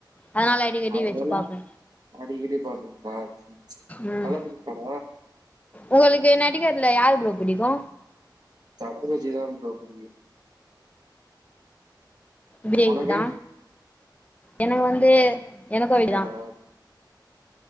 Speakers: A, on the left; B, on the right.
A: அதனால அடிக்கடி
B: அதனல்லா
A: வச்சு பாப்பே
B: அடிக்கடி பாப்பீங்களா
A: ம்
B: தலபிடிக்காத
A: உங்களுக்கு நடிக்கிறதுல யாரு ப்ரோ புடிக்கு
B: தலபஜிதா ப்ரோ புடிக்கு
A: பிரியாணி
B: உனக்கு?
A: தா எனக்கு வந்து எனக்கு
B: நீஜனா
A: விஜய் தா